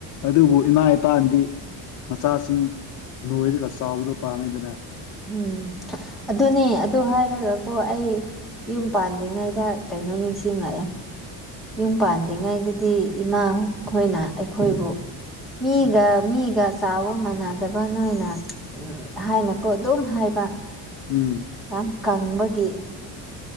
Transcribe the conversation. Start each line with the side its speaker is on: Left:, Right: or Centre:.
Left: ꯑꯗꯨꯕꯨ ꯏꯃꯥ ꯏꯄꯥꯗꯤ ꯃꯆꯥꯁꯤꯡ ꯅꯣꯏꯔꯒ ꯆꯥꯎꯕꯗꯣ ꯄꯥꯝꯃꯦꯗꯅ
Centre: ꯎꯝ ꯑꯗꯨꯅꯦ ꯑꯗꯨ ꯍꯥꯏꯔꯒꯀꯣ ꯑꯩ ꯌꯨꯝ ꯄꯥꯟꯗ꯭ꯔꯤꯉꯩꯗ ꯀꯩꯅꯣ ꯅꯤꯡꯁꯤꯡꯂꯛꯑꯦ ꯌꯨꯝ ꯄꯥꯟꯗ꯭ꯔꯤꯉꯩꯗꯗꯤ ꯏꯃꯥ ꯈꯣꯏꯅ ꯑꯩꯈꯣꯏꯕꯨ ꯃꯤꯒ ꯃꯤꯒ ꯆꯥꯎꯕ ꯃꯥꯟꯅꯗꯕ ꯅꯣꯏꯅ ꯍꯥꯏꯅꯨꯀꯣ ꯑꯗꯨꯝ ꯍꯥꯏꯕ
Left: ꯎꯝ
Centre: ꯌꯥꯝ ꯀꯪꯕ ꯒꯤ